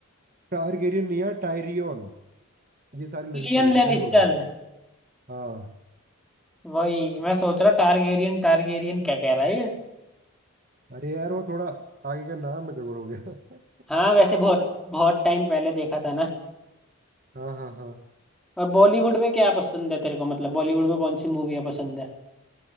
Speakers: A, on the right (about 40°); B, in the centre.
A: टारगेरियन नहीं यार टायरियन ये सारे लैनिस्टर
B: Tyrion
A: रहते
B: Lannister
A: हैं, सही बोला है। हाँ
B: वही मैं सोच रहा टारगेरियन टारगेरियन क्या कह रहा है ये
A: अरे यार वो थोड़ा आगे का नाम में गड़बड़ हो गया
B: हाँ वैसे बहुत
A: <laughs>
B: बहुत टाइम पहले देखा था ना
A: हाँ हाँ हाँ
B: और बॉलीवुड में क्या पसंद है तेरे को मतलब बॉलीवुड में कौन सी मूवियाँ पसंद है